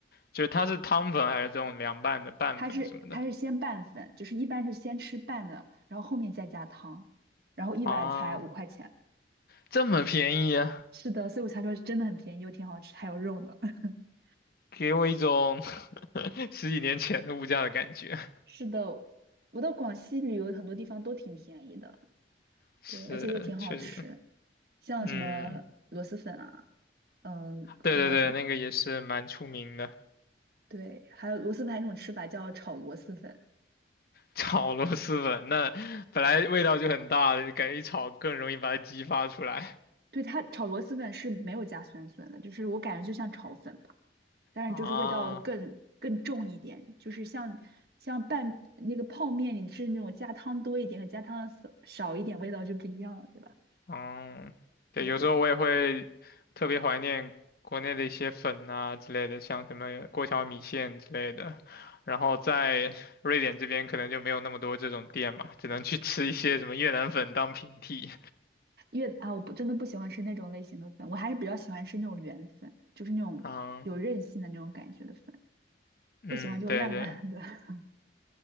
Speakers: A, on the left; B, on the right.
A: 就是它是汤粉还是这种凉拌的拌粉什么的
B: 它是它是先拌粉，就是一般是先吃拌的，然后后面再加汤，然后一碗才五块钱。
A: 啊？这么便宜啊，
B: 是的，所以我才说真的很便宜又挺好吃，还有肉呢。<laughs>
A: 给我一种 <laughs> 十几年前的物价的感觉。
B: 是的，我到广西旅游很多地方都挺便宜的，
A: 是，
B: 对，而且又挺好吃，
A: 确实，
B: 像什么螺蛳粉啊，
A: 嗯，
B: 嗯，
A: 对对对，
B: 还有什么，
A: 那个也是蛮出名的。
B: 对，还有螺蛳粉还有一种吃法叫炒螺蛳粉，
A: 炒螺蛳粉，那本来味道就很大的，感觉一炒更容易把它激发出来
B: 对，它炒螺蛳粉是没有加酸笋的，就是我感觉就像炒粉，吧。当然就是味道更更重一点，
A: 啊。
B: 就是像像拌那个泡面，你是那种加汤多一点和加汤少少一点，味道就不一样了，对吧？
A: 嗯，对，
B: 对，
A: 有时候我也会特别怀念国内的一些粉啊之类的，像什么过桥米线之类的。然后在 <laughs> 瑞典这边可能就没有那么多这种店嘛，只能去吃一些什么越南粉当平替。
B: 因为啊，我不真的不喜欢吃那种类型的粉，我还是比较喜欢吃那种圆粉，就是那种有韧性的那种感觉的粉，
A: 啊，嗯，
B: 不喜欢就烂烂的。
A: 对对。
B: <laughs>